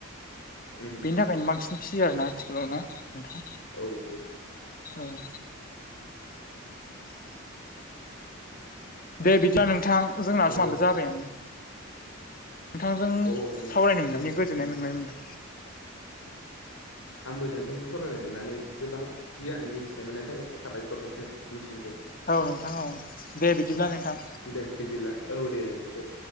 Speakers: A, on the left (about 85°); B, on the left (about 40°).
A: उम
B: बेनि थाखायनो बांसिन फिसियो आरोना आथिखालाव ना नोंथां?
A: औ-औ
B: औ
A: <inaudible>
B: दे बिदिब्ला नोंथां जोंना
A: औ
B: समहाबो जाबायानो नोंथांजों
A: ओ
B: सावरायनो
A: अ नों
B: मोननानै
A: दे
B: गोजोननाय
A: बिदिब्ला
B: मोनबाय मोनदों
A: आंबो नोंथांजों सावरायनो मोननानै गोबां गियान मिथिनो मोननायनि थाखाय साबायखर नोंथांनिसिमबो
B: औ नोंथां औ दे बिदिब्ला नोंथां
A: दे बिदिब्ला औ दे नोंथां दे